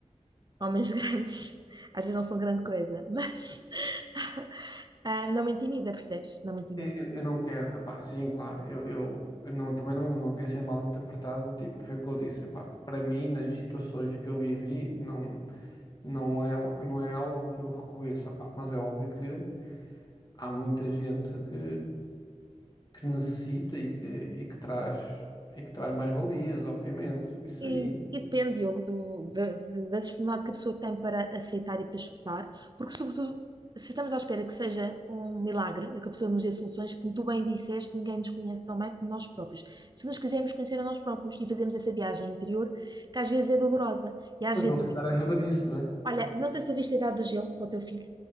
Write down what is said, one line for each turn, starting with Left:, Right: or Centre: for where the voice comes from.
Right: homens <laughs> grandes, às vezes não são grande coisa, mas <laughs> ah, não me intimida, percebes? Não me intimida.
Left: eu, eu- não quero, epá, sim, claro, eu, eu não, também não, não queria ser mal interpretado, do tipo, foi o que eu disse, epá, para mim, nas situações que eu vivi, não, não é, um- não é algo que eu reconheça, epá, mas é óbvio que há muita gente que, que necessita e que, e que traz, e que traz mais valias, obviamente, isso
Right: E,
Left: aí,
Right: e depende, Diogo, do- da, de- da disponibilidade que a pessoa tem para aceitar e para escutar, porque, sobretudo, se estamos à espera que seja um milagre, que a pessoa nos dê soluções, como tu bem disseste, ninguém nos conhece tão bem como nós próprios. Se nos quisermos conhecer a nós próprios e fazemos essa viagem interior, que às vezes é dolorosa, e às
Left: pois
Right: vezes.
Left: ele se calhar ajuda nisso, né?
Right: Olha, não sei se tu viste a Idade do Gelo com o teu filho,